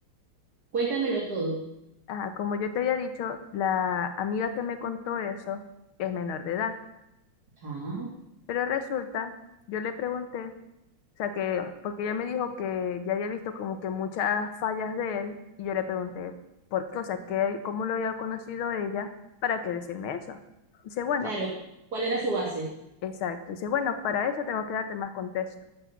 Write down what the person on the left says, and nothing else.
Ah, como yo te había dicho, la amiga que me contó eso es menor de edad.
Pero resulta, yo le pregunté, o sea que, porque ella me dijo que ya había visto como que muchas fallas de él, y yo le pregunté, ¿por qué? O sea, ¿qué, cómo lo había conocido ella para que decirme eso? Dice, bueno.
Exacto. Dice, bueno, para eso tengo que darte más contexto.